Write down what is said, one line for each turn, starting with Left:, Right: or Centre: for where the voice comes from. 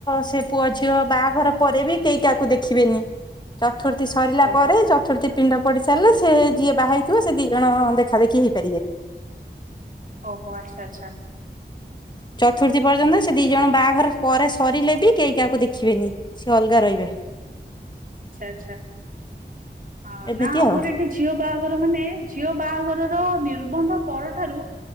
Left: ସେ ପୁଅ ଝିଅ ବାହାଘର ପରେ ବି କେହି କାହାକୁ ଦେଖିବେନି ଚତୁର୍ଥୀ ସ ସରିଲା
Right: ଓହୋ
Left: ପରେ ଚତୁର୍ଥୀ ପିଣ୍ଡ ପଡ଼ି ସାରିଲେ ସେ ଯିଏ ବାହାହଇଥିବ ସେ ଦିଇ ଜଣ ଦେଖା ଦେଖି ହେଇପାରିବେ।
Right: ଓହୋ ଆଚ୍ଛା ଆଚ୍ଛା।
Left: ଚତୁର୍ଥୀ ପର୍ଯ୍ୟନ୍ତ ସେ ଦି ଜଣ ବାହାଘର ପରେ ସରିଲେ ବି କେହି କାହାକୁ ଦେଖିବେନି ସେ ଅଲଗା ରହିବେ।
Right: ଆଚ୍ଛା ଆଛା ହ
Left: ଏମିତି
Right: ନା ଆମର
Left: ଆଉ।
Right: ଏଠି ଝିଅ ବାହାଘର ମାନେ ଝିଅ ବାହାଘରର ନିର୍ବନ୍ଧ ପରଠାରୁ